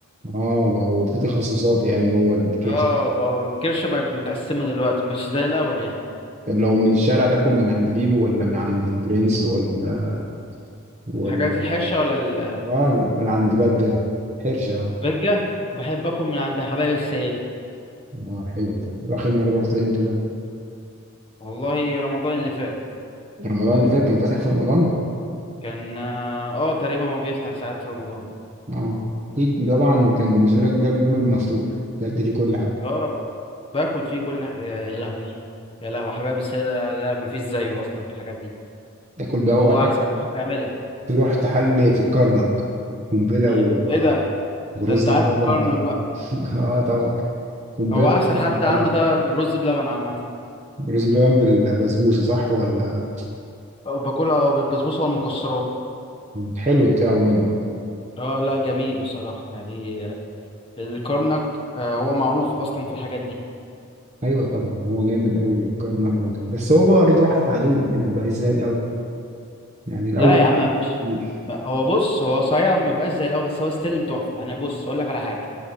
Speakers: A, on the right; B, on the left.
A: اه بقى وفي تخصصات يعني جوه الكرش
B: اه بقى الكرشة بقت متقسمة دلوقتي مش زي الأول يعني
A: طب لو من الشارع تاكل من عند بيبو ولا من عند البرنس ولا ولا
B: حاجات الحرشة ولا
A: اه من عند بجة حرشة اه
B: البجة بحب أكل من عند حبايب السيدة
A: آه، حلو ده واخر مرة رحت امتى ده؟
B: والله رمضان اللي فات
A: في رمضان اللي فات كان فاتح في رمضان
B: كان اه آه، تقريبا هو بيفتح ساعات في رمضان
A: اه أكيد طبعا كان بالنسبة لك ده اليوم المفتوح بجد فيه كل حاجة
B: اه باكل فيه كل يا يا لهوي يا لهوي حبايب السيدة لا مفيش زيه أصلا في الحاجات دي
A: تاكل بقى
B: هو
A: وبعد كده
B: أحسن واحد بيعملها
A: تروح تحلي في الكرنك قنبلة
B: ايه
A: و-
B: إيه ده
A: ورز
B: ده انت عارف
A: بلبن
B: الكرنك بقى
A: <laughs> اه طبعا قنبلة
B: هو أحسن
A: ورز
B: حد
A: بلبن
B: عنده ده بالرز بلبن عامة
A: رز بلبن بالبسبوسة صح ولا
B: آه، باكلها بالبسبوسة والمكسرات
A: حلو بتاعه جامد
B: اه لا جميل بصراحة يعني آه، الكرنك آه، هو معروف أصلا في الحاجات دي
A: ايوه طبعا هو جامد قوي كارناك برضه بس هو برضه راحت عليه يعني ما بقاش زي الاول يعني الاول
B: لا يا عم مفيش
A: كان-
B: ما- هو بص هو صحيح ما بقاش زي الأول بس هو ستيل تحفة يعني بص أقول لك على حاجة